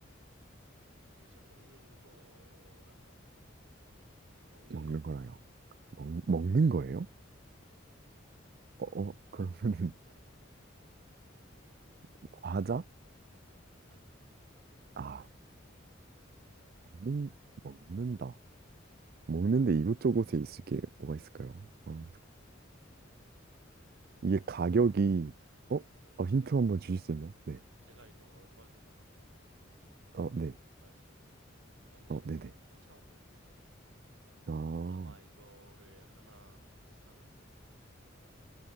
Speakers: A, on the right; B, on the right.
A: 그저 먹는 거랑 연관이 있죠. 먹는
B: 먹는
A: 거예요.
B: 거라요. 먹, 먹는 거예요? 어, 어, 그러면은 <laughs> 과자?
A: 아닙니다.
B: 아, 먹는, 먹는다. 먹는데 이곳저곳에 있을 게 뭐가 있을까요? 어,
A: 어, 힌트
B: 이게
A: 좀
B: 가격이,
A: 드릴까요? 네.
B: 어?
A: 아, 가격.
B: 어, 힌트 한번 주실 수 있나요? 네.
A: 제가 이걸 얼마 주고 샀는지
B: 어, 네.
A: 말씀드릴까요? 아, 근데
B: 어,
A: 이것도
B: 네네.
A: 너무 천차만별이라.
B: 아,
A: 아마 이거를 하나 사는데